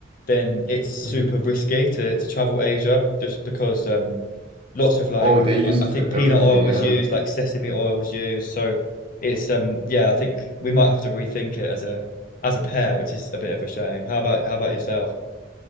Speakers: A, on the left; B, on the right.
A: then it's super
B: hmm
A: risky to, to travel Asia just because um, lots of like
B: Oh, they use
A: I
B: it
A: I think
B: for
A: peanut
B: everything.
A: oil
B: Yeah.
A: was used, like sesame oil was used. So it's um yeah, I think we might have to rethink it as a as a pair, which is a bit of a shame. How about how about yourself?